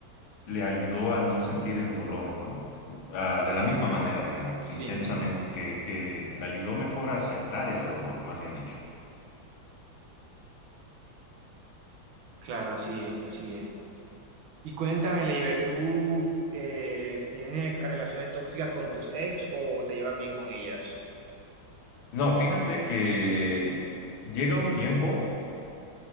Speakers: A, on the left; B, on the right.
A: le ayudó a no sentir el dolor, ¿no? Ah, de la misma manera, digamos,
B: Sí,
A: intensamente, que, que le ayudó mejor a aceptar ese dolor, más bien dicho.
B: claro, así es, así es. Y cuéntame,
A: Sí.
B: Leiber, ¿tú eh, tienes relaciones tóxicas con tus ex o te llevas bien con ellas?
A: No, fíjate que llega un tiempo,